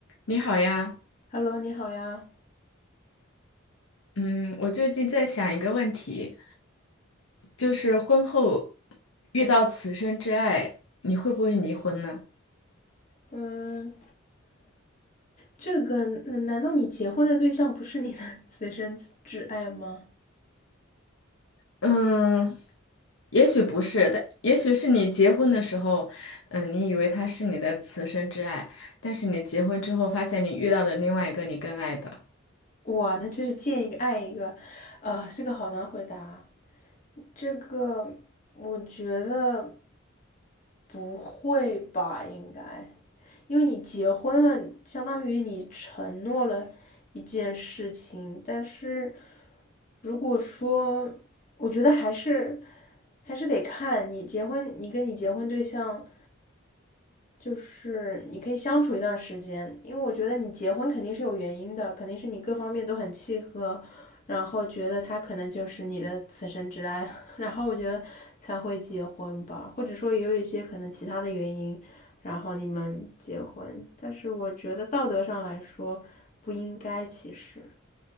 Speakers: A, on the left (about 75°); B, on the left (about 40°).
A: 你好呀，
B: Hello，你好呀。
A: 嗯，我最近在想一个问题，就是婚后遇到此生挚爱，你会不会离婚呢？
B: 嗯，这个，嗯难道你结婚的对象不是你的 <laughs> 此生挚爱吗？
A: 嗯，也许不是，但也许是你结婚的时候，嗯，你以为他是你的此生挚爱，但是你结婚之后发现你遇到了另外一个你更爱的。
B: 哇，那真是见一个爱一个，呃，这个好难回答啊。这个我觉得不会吧，应该，因为你结婚了，相当于你承诺了一件事情。但是如果说，我觉得还是还是得看你结婚，你跟你结婚对象。就是你可以相处一段时间，因为我觉得你结婚肯定是有原因的，肯定是你各方面都很契合，然后觉得他可能就是你的此生挚爱了 <laughs> 然后我觉得才会结婚吧，或者说也有一些可能其他的原因，然后你们结婚，但是我觉得道德上来说不应该其实